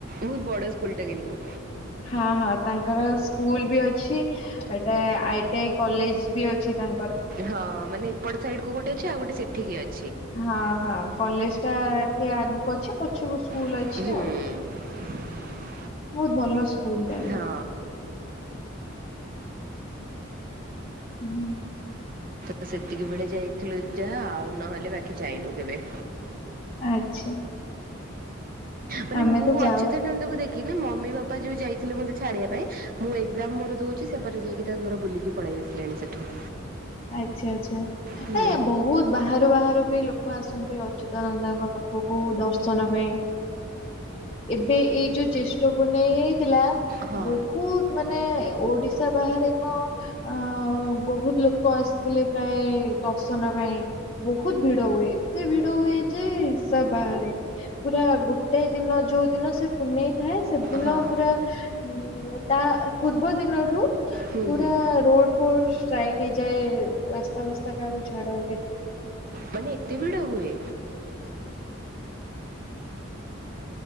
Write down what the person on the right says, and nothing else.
ବହୁତ ବଡ ସ୍କୁଲଟା କିନ୍ତୁ।
ହଁ ମାନେ ଏପଟ ସାଇଡ କୁ ଗୋଟେ ଅଛି ଆଉ ଗୋଟେ ସେଠିକି ଅ
ହୁଁ।
ହଁ
ତ ସେତିକି ବେଳେ ଯାଇଥିଲୁ ଯାହା ଆଉ ନହେଲେ ବାକି ଯାଇନୁ କେବେ।
ମାନେ
ମୁଁ
ଅଚୁତା ନନ୍ଦକୁ ଦେ କିମି ମମି ବାପା ଯୋଉ ଯାଇଥିଲେ ମୋତେ ଛାଡିବା ପାଇଁ ମୁଁ ଏକ୍ଜାମ ମୋର ଦଉଛି ସେପଟେ ଯାଇକି ତାଙ୍କର ବୁଲିକି ପଳେ ଏ ଆସିଲେଣି ସେଠୁ।
ହଁ
ହଁ
ହଁ
ହୁଁ
ହୁଁ
ମାନେ ଏତେ ଭିଡ ହୁଏ।